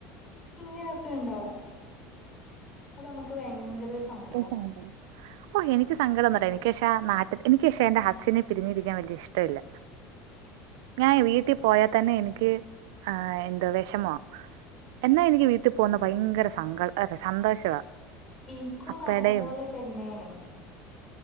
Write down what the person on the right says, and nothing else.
<unintelligible> ഓ എനിക്ക് സങ്കടൊന്നില്ല എനിക്ക് പശേ ആ നാട്ട എക്ക്ഷേ എന്റെ ഹസിനെ പിരിഞ്ഞിയിരിക്കൻ വലിയ ഇഷ്ടില്ല ഞാൻ വീട്ടിൽ പോയാൽ തന്നെ എനിക്ക് ആഹ് എന്തോ വെഷമ എന്നാ എനിക്ക് വീട്ടിൽ പോകുന്ന ഭയങ്കര സങ്കട അ സന്തോഷവാ
അപ്പടേയും